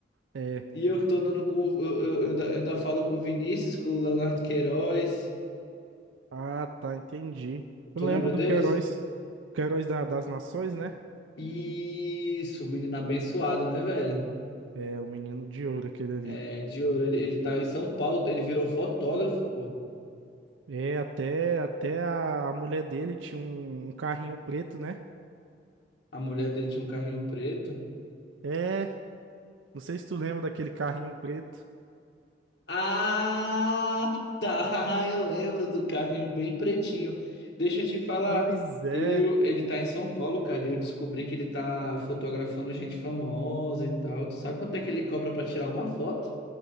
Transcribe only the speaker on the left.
E eu que tô andando com. Eu, eu, eu ainda eu ainda falo com o Vinícius, com o Leonardo Queiroz.
Tu
lembra
deles?
Isso, menino abençoado, né, velho?
É, de ouro, ele, ele tava em São Paulo, ele virou fotógrafo, pô.
A mulher dele tinha um carrinho preto.
Ah, tá, <laughs> eu lembro do carrinho bem pretinho. Deixa eu te falar.
E o- ele tá em São Paulo, cara, e eu descobri que ele tá fotografando gente famosa e tal. Tu sabe quanto é que ele cobra pra tirar uma foto?